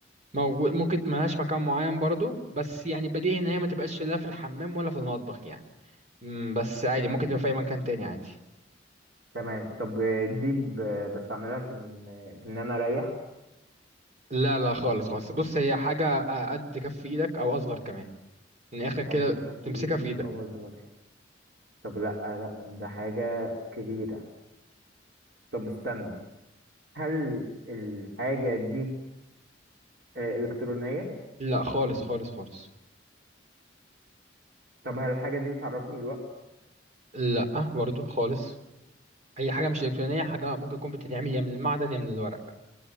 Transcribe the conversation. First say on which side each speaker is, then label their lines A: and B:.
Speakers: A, on the right; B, on the right.
A: موجود ممكن ملهاش مكان معين برضو بس يعني بديهي ان هي ما تبقاش لا في الحمام ولا في المطبخ يعني مم، بس عادي
B: مم.
A: ممكن تبقى في اي مكان تاني عادي
B: تمام طب آه، دي ب- بستعملها في إن في إن أنا أريح
A: لا لا خالص خالص بص هي حاجة قد كف ايدك او اصغر كمان من الاخر كده
B: قد كف
A: تمسكها
B: إيدي
A: في ايدك
B: أو أصغر طب لأ لأ ده حاجة كبيرة طب استنى هل الحاجة دي آه، إلكترونية
A: لا خالص خالص خالص
B: طب هل الحاجة دي بتعرفني الوقت
A: لا برضو خالص هي حاجة مش الكترونية
B: آه،
A: حاجة ممكن تكون بتتعمل يا من المعدن يا من الورق